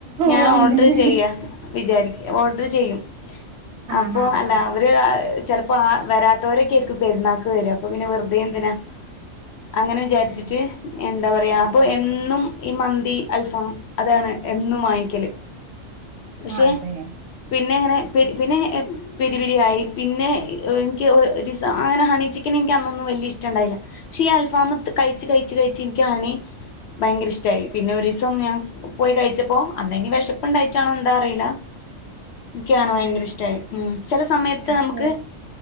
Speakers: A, on the right; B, on the left.
A: ഓഹ്
B: ഞാൻ
A: അങ്ങനെ
B: ഓഡർ ചെയ്യ വിചാരിക്കും ഓഡർ ചെയ്യും.
A: ആഹ്
B: അപ്പൊ
A: ആഹ്
B: അല്ല അവര് ചിലപ്പോ ആ വരാത്തവരൊക്കൊയിരിക്കും പെരുന്നാക്ക് വര അപ്പൊ പിന്നെ വെറുതെ എന്തിനാ അങ്ങനെ വിചാരിച്ചിട്ട്
A: ആഹ്
B: എന്താ പറയാ
A: ആഹ്
B: അപ്പൊ എന്നും ഈ മന്തി അൽഫം അതാണ് എപ് വങ്ങികല് പക്ഷെ
A: അതെ
B: പിന്നെ അങ്ങനെ പിന്നെ പിന്നെ പെരിപെരിയായി ആയി പിന്നെ. എനിക്ക് അങ്ങനെ ഹണി ചിക്കൻ എനിക്ക് അന്നൊന്നും വലിയ ഇഷ്ടണ്ടായില്ല പക്ഷെ ഈ അൽ ഫാമത്ത് കഴിച്ചച്ച് കഴച്ച് കഴിച്ചച്ച് എനിക്ക് ഹണി ഭയങ്കര ഇഷ്ടമായി പിന്നെ ഒരു ദിവസം ഞാൻ പോയി കഴിച്ച അപ്പ അന്തെങ്കി വിശപ്പ ഇണ്ടായിട്ടാണോ എന്താ അറിയില്ല എനിക്കാണ് ഭയങ്കര ഇഷ്ടായി ഉം ചില സമയത്ത്
A: പക്ഷെ
B: നമുക്ക്